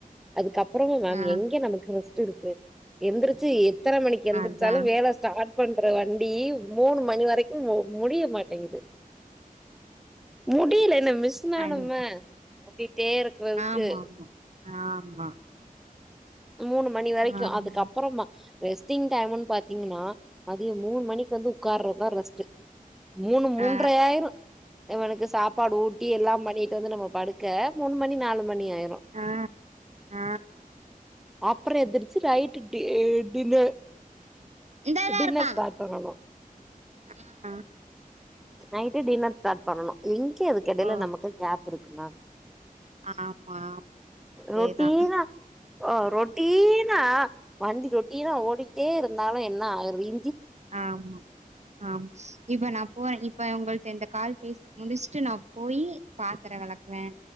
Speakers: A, in the centre; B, on the right (about 50°).
A: அதுக்கப்றோ மேம்
B: ஆ
A: எங்க நமக்கு ரெஸ்ட்டு இருக்கு எந்திரிச்சி எத்தன மணிக்கு எந்திரிச்சாலு
B: அதா
A: வேல ஸ்டார்ட் பண்ற வண்டி மூணு மணி வரைக் முடிய மாட்டிங்குது முடியல மிஷினாஹ்
B: அது
A: நம்ம ட்டே இருக்கறதுக்கு
B: ஆமா ஆமா ஆமா
A: மூணு மணி வரைக்கு
B: ஆமா
A: அதுக்கப்பறமா ரெஸ்ட்டிங் டைமுன்னு பாத்தீங்கன்னா மதியம் மூனு மணிக்கு வந்து உட்கார்றதுதா ரெஸ்ட்டு மூனு மூன்ற
B: ஆ
A: ஆயிரு இவனுக்கு சாப்பாடு ஊட்டி எல்லா பண்ணி ட்டு வந்து நம்ம படுக்க மூனு மணி நாலு மணி ஆயிரு
B: ஆ ஆ
A: அப்பறோ எந்திரிச்சு ரைட்டு டி டின்னர்
B: இந்தாதா
A: டின்னர்
B: இருக்கா
A: ஸ்டார்ட் பண்ணணு
B: ஆ
A: நைட்டு டின்னர் ஸ்டார்ட் பண்ணணு எங்க இதுக்கெடையில
B: ஓ
A: நமக்கு கேப் இருக்கு மேம்
B: ஆமா அதேதா
A: ரொட்டீனா ஆ ரொட்டீனா வண்டி ரொட்டீனா ஓடிக்கிட்டே இருந்தாலு என்னா ஆயிருது
B: ஆமா ஆமா இப்ப நா போற இப் இப்ப உங்கள்ட்ட இந்த கால் பேசி முடிச்சுட்டு நா போய் பாத்துரோ வெலக்குவ